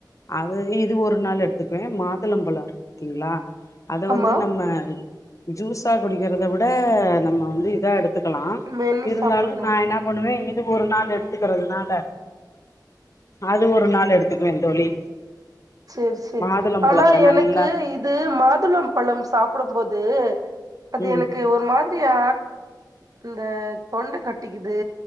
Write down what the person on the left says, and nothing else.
அது இது ஒரு நாள் எடுத்துக்குவே மாதுளம்பழொ இருக்குத்திங்ளா அத வந்து
நம்ம ஜூஸா குடிக்கிறத விட நம்ம வந்து இதா எடுத் துக்கலா
இருந்தாலு
நா என்ன பண்ணுவே இது ஒரு நாள் எடுத் துக்கிறதுனால அது ஒரு நாள் எடுத்துக்குவே தோழி
மாதுளம்பழத்த
நல்லா
ம்